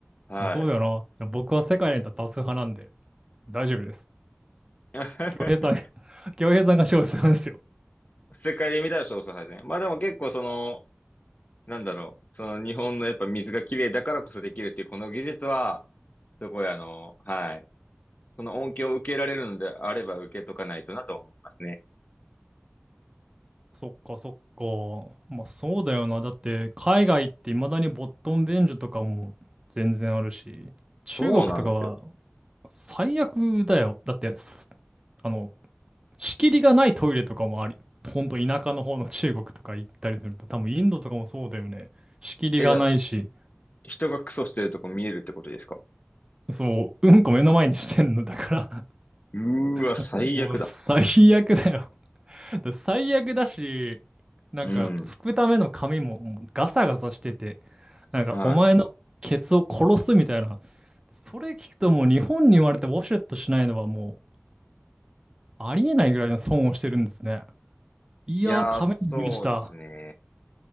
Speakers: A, on the left; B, on the right.
A: はい。
B: でもそうだよな。でも僕は世界で見たら多数派なんで、大丈夫です。
A: <laughs>
B: 恭平さん、<laughs> 恭平さんが少数派ですよ。
A: 世界で見たら少数派ですね。まあでも結構その、なんだろう、その日本のやっぱ水が綺麗だからこそできるっていうこの技術は、すごいあの、はい。その恩恵を受けられるのであれば受けとかないとなとは思いますね。
B: そっかそっか。まあそうだよな。だって海外って未だにボットン伝授とかも全然あるし、中国とかは
A: そうなんですよ。
B: 最悪だよ。だってす、あの、仕切りがないトイレとかもあり、ほんと田舎の方の中国とか行ったりすると、多分インドとかもそうだよね。仕切りがないし、
A: え、じゃあ人がクソしてるとこ見えるってことですか
B: そう、うんこ目の前にしてんの。だから
A: うーわ、最悪だ。
B: <laughs> もう最悪だよ。だから最悪だし、なんか拭くための紙ももうガサガサしてて、
A: うん。
B: なんかお前のケツを殺すみたいな。
A: は
B: それ聞くともう日本に生まれてウォシュレットしないのはもうありえないぐらいの損をしてるんですね。いやー、
A: い。いやー、
B: ためになりました。
A: そうですね。